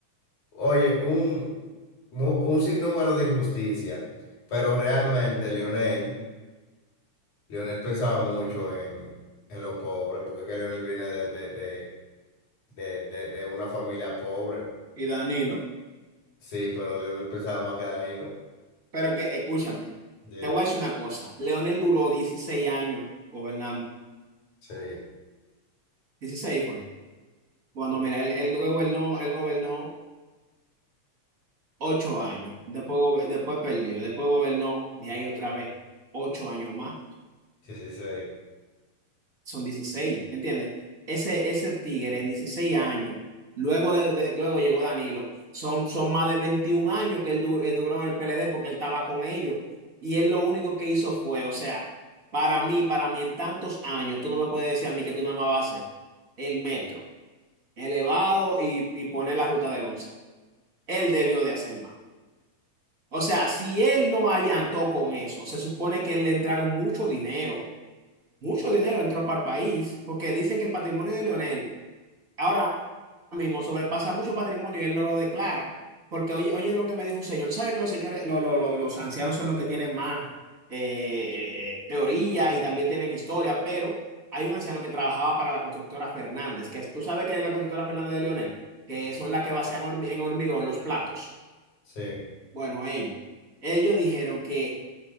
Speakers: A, on the left (about 80°); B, on the right (about 35°).
A: Oye, un, mu- un sinnúmero de injusticia. Pero realmente Lionel, Lionel pensaba mucho en, en los pobres, porque es que Lionel viene de, de, de, de, de- de una familia pobre.
B: Y Danilo.
A: Sí, pero Lionel pensaba más que Danilo.
B: Pero que, escúchame,
A: Dime.
B: te voy a decir una cosa. Leonel duró 16 años gobernando.
A: Sí,
B: dieciséis fue. Bueno, mira, él, él gobernó, él gobernó 8 años. Después, gobe- después perdió. Después gobernó de ahí otra vez 8 años más.
A: sí, sí, sí.
B: son 16, ¿me entiendes? Ese, ese tigre en 16 años, luego, de, de- luego llegó Danilo, son, son más de 21 años que él, du- él duró en el PLD porque él estaba con ellos. Y él lo único que hizo fue, o sea, para mí, para mí en tantos años, tú no me puedes decir a mí que tú nada más vas a hacer el metro elevado y, y poner la ruta de onza. Él debió de hacer más. O sea, si él no allantó con eso, se supone que él le entraron mucho dinero mucho dinero entró para el país, porque dicen que el patrimonio de Leonel ahora mismo sobrepasa mucho patrimonio y él no lo declara, porque oye, oye lo que me dijo un señor, tú sabes que los señores, lo- lo- lo- los ancianos son los que tienen más eh, eh, eh, teoría y también tienen historia, pero hay un anciano que trabajaba para la constructora Fernández, que es- tú sabes que es la constructora Fernández de Leonel, que son las que vacían hormi- en hormigón los platos.
A: Sí,
B: Bueno, ellos, ellos dijeron que